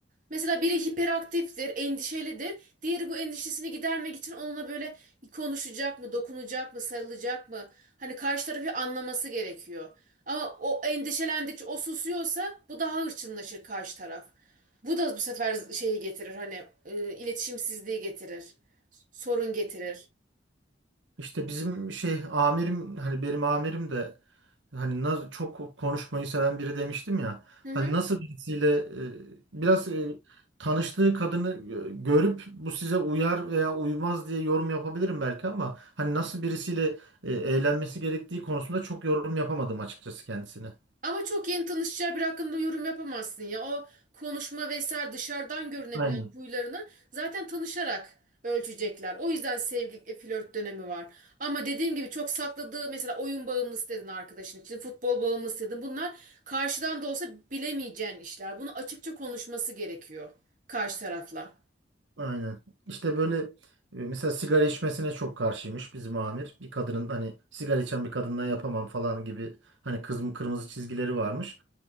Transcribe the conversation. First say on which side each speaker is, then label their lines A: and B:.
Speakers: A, on the right (about 45°); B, on the right (about 85°).
A: Mesela biri hiperaktiftir, endişelidir. Diğeri bu endişesini gidermek için onunla böyle konuşacak mı, dokunacak mı, sarılacak mı? Hani karşı tarafı anlaması gerekiyor. Ama o endişelendikçe o susuyorsa bu daha hırçınlaşır karşı taraf. Bu da bu sefer şeyi getirir hani e, iletişimsizliği getirir, sorun getirir.
B: İşte bizim şey amirim hani benim amirim de hani na- çok konuşmayı seven biri demiştim ya.
A: Hı
B: Hani
A: hı.
B: nasıl birisiyle e, biraz e, tanıştığı kadını gö- görüp bu size uyar veya uymaz diye yorum yapabilirim belki ama hani nasıl birisiyle e, eğlenmesi gerektiği konusunda çok yorum yapamadım açıkçası kendisine.
A: Ama çok yeni tanışacağı bir hakkında yorum yapamazsın ya. O konuşma vesaire dışarıdan görünebilen
B: Aynen.
A: huylarını zaten tanışarak ölçecekler. O yüzden sevgili e, flört dönemi var. Ama dediğim gibi çok sakladığı mesela oyun bağımlısı dedin arkadaşın için, futbol bağımlısı dedin. Bunlar karşıdan da olsa bilemeyeceğin işler. Bunu açıkça konuşması gerekiyor karşı tarafla.
B: Aynen. İşte böyle e, mesela sigara içmesine çok karşıymış bizim amir. Bir kadının hani sigara içen bir kadınla yapamam falan gibi hani kızım kırmızı çizgileri varmış.